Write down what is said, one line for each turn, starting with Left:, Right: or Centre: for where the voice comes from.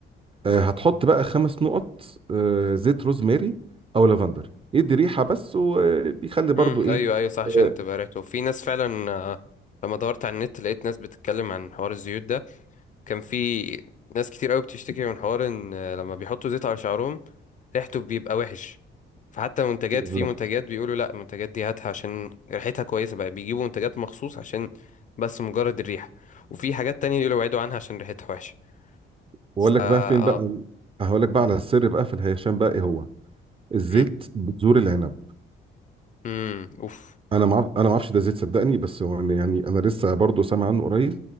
Right: آه، هتحط بقى خمس نقط آه، زيت روزماري او لافندر يدي ريحه بس وبيخلي برضو
Left: مم،
Right: ايه
Left: ايوه ايوه صح عشان
Right: آه،
Left: تبقى ريحته في ناس فعلا آه، لما دورت على النت لقيت ناس بتتكلم عن حوار الزيوت ده كان في ناس كتير قوي بتشتكي من حوار ان آه، لما بيحطوا زيت على شعرهم ريحته بيبقى وحش فحتى منتجات
Right: بالظبط
Left: في منتجات بيقولوا لا المنتجات دي هاتها عشان ريحتها كويسة بقى بيجيبوا منتجات مخصوص عشان بس مجرد الريحة وفي حاجات تانية يقولوا ابعدوا عنها عشان ريحتها وحشة
Right: واقول
Left: فا
Right: لك بقى فين
Left: اه
Right: بقى هقول لك بقى على السر بقى في الهيشان بقى ايه هو الزيت
Left: مم.
Right: بذور العنب
Left: مم. اوف
Right: انا ما انا ما اعرفش ده زيت صدقني بس هو يعني يعني انا لسه برضو سامع عنه قريب